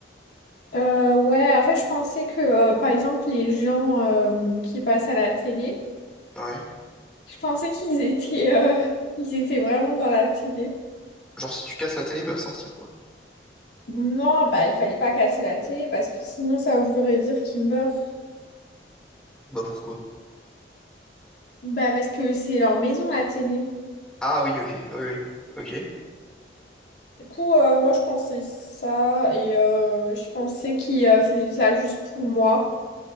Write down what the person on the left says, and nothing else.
Euh, ouais, en fait, je pensais que, euh, par exemple, les gens euh, qui passent à la télé,
je pensais qu'ils étaient, euh, <laughs> ils étaient vraiment dans la télé.
Non, bah, il fallait pas casser la télé parce que sinon, ça voudrait dire qu'ils meurent.
Bah, parce que c'est leur maison, la télé.
Du coup, euh, moi, je pensais ça et euh, je pensais qu'ils euh, faisaient ça juste pour moi.